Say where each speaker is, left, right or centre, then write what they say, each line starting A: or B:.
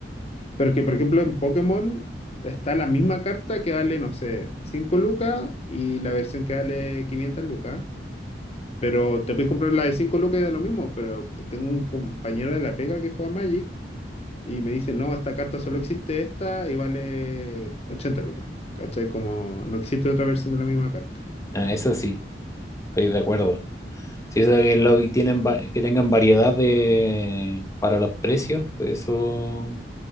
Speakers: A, on the left; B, on the left.
A: Pero es que, por ejemplo, en Pokémon está la misma carta que vale, no sé, 5 lucas y la versión que vale 500 lucas. Pero te puedes comprar la de 5 lucas y da lo mismo. Pero tengo un compañero de la pega que juega Magic y me dice, no, esta carta solo existe esta y vale 80 lucas. ¿Cachai? Como no existe otra versión de la misma carta.
B: eh, eso sí, estoy de acuerdo. Sí, eso que, lo, tienen, va- que tengan variedad de, para los precios, eso